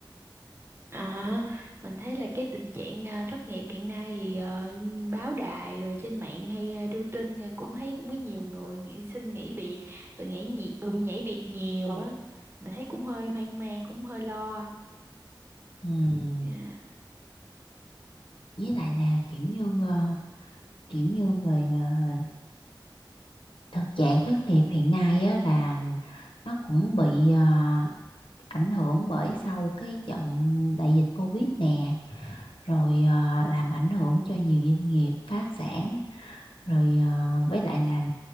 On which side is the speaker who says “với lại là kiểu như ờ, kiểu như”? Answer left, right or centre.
Left